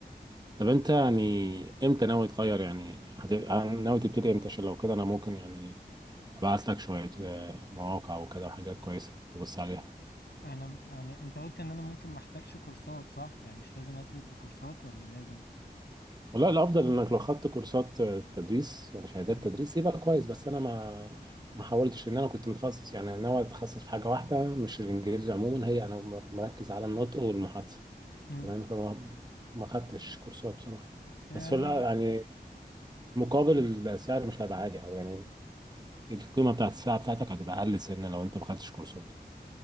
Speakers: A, on the right (about 25°); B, on the left (about 85°).
A: طب انت يعني امتى ناوي تغير يعني هت... ناوي تبتدي امتى عشان لو كده انا ممكن يعني ابعت لك شوية آه، مواقع وكده وحاجات كويسة تبص عليها
B: انا انا انت قلت ان انا ممكن ما احتاجش كورسات صح يعني مش لازم اثبت بكورسات ولا لازم
A: والله الافضل انك لو خدت كورسات تدريس يعني شهادات
B: امم
A: تدريس يبقى كويس بس انا ما ما حاولتش ان انا كنت متخصص يعني ناوي اتخصص في حاجه واحده مش الانجليزي عموما هي انا مركز على النطق والمحادثه
B: امم
A: تمام فما ما خدتش كورسات بصراحه
B: يعني
A: بس في الأ- يعني مقابل السعر مش هيبقى عالي او يعني القيمه بتاعت الساعه بتاعتك هتبقى اقل سنه لو انت ما خدتش كورسات